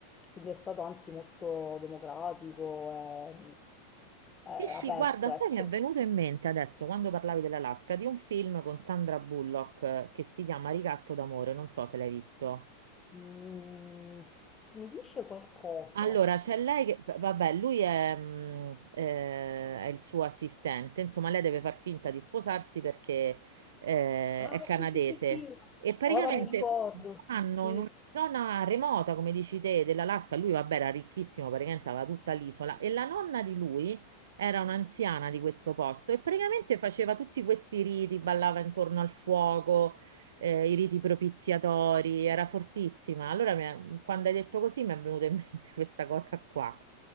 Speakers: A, on the left; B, on the right.
A: quindi è stato anzi molto democratico e,
B: Sì, sì,
A: e aperto,
B: guarda,
A: ecco.
B: sai, mi è venuto in mente adesso, quando parlavi dell'Alaska, di un film con Sandra Bullock eh, che si chiama Ricatto d'amore, non so se l'hai visto.
A: Mm, s- mi dice qualcosa?
B: Allora, c'è lei che, vabbè, lui è, mh, eh, è il suo assistente, insomma, lei deve far finta di sposarsi perché eh,
A: Ah,
B: è canadese
A: sì, sì, sì, sì,
B: e praticamente
A: ora mi ricordo.
B: vanno
A: Sì,
B: in una zona remota, come dici te, dell'Alaska. Lui, vabbè, era ricchissimo, praticamente aveva tutta l'isola e la nonna di lui era un'anziana di questo posto e praticamente faceva tutti questi riti, ballava intorno al fuoco eh, i riti propiziatori, era fortissima. Allora, mi è- quando hai detto così, mi è venuta in mente <laughs> questa cosa qua.